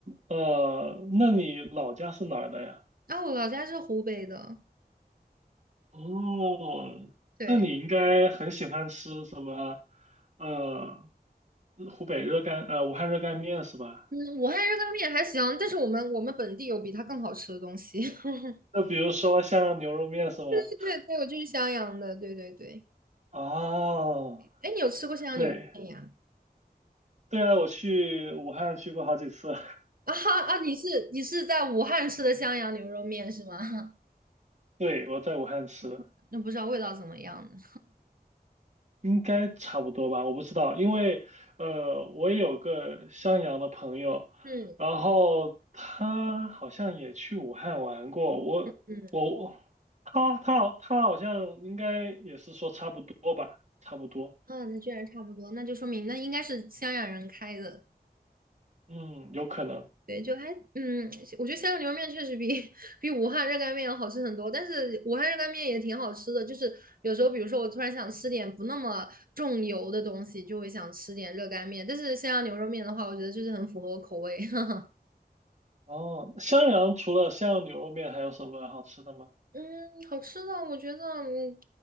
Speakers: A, on the right; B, on the right.
A: 呃，那你老家是哪儿的呀？
B: 啊，我老家是湖北的，
A: 哦，
B: 对，
A: 那你应该很喜欢吃什么？呃，湖北热干，呃，武汉热干面是吧？
B: 嗯，武汉热干面还行，但是我们我们本地有比它更好吃的东西。<laughs>
A: 那比如说像牛肉面是吧？
B: 对对对，我就是襄阳的，对对对。
A: 哦，
B: 哎，你有吃过襄阳牛肉面呀？
A: 对，对啊，我去武汉去过好几次，<laughs>
B: <laughs> 啊哈啊！你是你是在武汉吃的襄阳牛肉面是吗？
A: 对，我在武汉吃的。
B: <laughs> 那不知道味道怎么样呢？
A: 应该差不多吧，我不知道，因为呃，我也有个襄阳的朋友，
B: 嗯
A: 然后他好像也去武汉玩过，我我
B: 嗯
A: 他他他好像应该也是说差不多吧，差不多，
B: 啊，那居然差不多，那就说明那应该是襄阳人开的。
A: 嗯，有可能。
B: 对，就还嗯，我觉得襄阳牛肉面确实比 <laughs> 比武汉热干面要好吃很多，但是武汉热干面也挺好吃的。就是有时候，比如说我突然想吃点不那么重油的东西，就会想吃点热干面。但是襄阳牛肉面的话，我觉得就是很符合我口味。<laughs>
A: 哦，襄阳除了襄阳牛肉面还有什么好吃的吗？
B: 嗯，好吃的，我觉得，嗯，